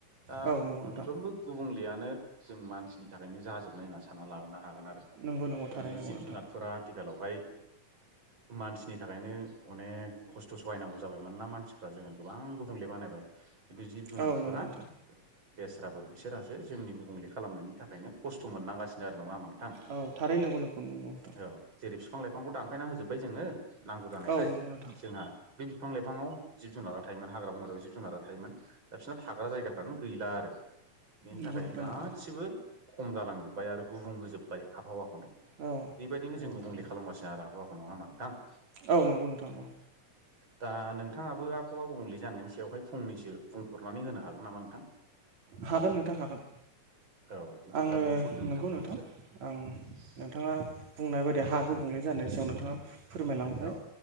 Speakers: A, on the right; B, on the right.
A: दा
B: औ नंगौ
A: मोनफ्रोमबो
B: नोंथां
A: गुबुं लेयानो जों मानसिनि थाखायनो जाजोबनाय होनना सानना लानो हागोन आरो ।
B: नंगौ नंगौ थारै
A: नोङो
B: नंगौ
A: जिब
B: नोंथां
A: जुनारफोरा आथिखालावहाय मानसिनि थाखायनो अनेक खस्थ' सहायनांगौ जाबाय मानोना मानसिफ्रा जोङो गोबां गुबुंले बानायबाय जिब जुनादफोरा
B: औ नंगौ नोंथां
A: बेस रावफोर बिसोरहासो जोंनि गुबुंले खालामनायनि थाखायनो खस्थ' मोननांगासिनो आरो नङा होमबा थां
B: औ थारै नंगौ नंगौ नंगौ नोंथां
A: औ जेरै फिफां लाइफ फांखौ दानफायना होजोब्बाय जोङो नांगौ जानायखाय
B: औौ नंगौ नोंथां
A: जोंहा बे फिफां लाइफाङाव जिब जुनारा थायोमोन हाग्रा बंग्रायाव जिब जुनारा थायोमोन दा बिसोरना थाग्रा जायगाफ्रानो गैला आरो बेनि
B: नंगौ
A: थाखायनो
B: नोंथां
A: गासिबो
B: नंगौ
A: खम जालांजोब्बाय आरो गुबुं होजोब्बाय आबहावा खौनो
B: औ
A: बेबायदिनो
B: नंगौ
A: जों
B: नोंथां
A: गुबुंले
B: नंगौ
A: खालामगासिनो आरो आबहावाखौ नङा होमबा नोंथां?
B: औ नंगौ नोंथां औ
A: दा नोंथाङाबो आबहावा गुबुंले जानायनि सायावहाय फंनैसो बुंहरनानै होनो हागोन नामा नोंथां?
B: हागोन नोंथां हागोन।
A: औ बिदिब्ला
B: आङो
A: बुंफोरदो
B: नंगौ
A: फंनैसो
B: नोंथां आं नोंथाङा बुंनाय बायदि हा गुबुंले जानाय सायाव नोंथाङा फोरमायलांबाय
A: औ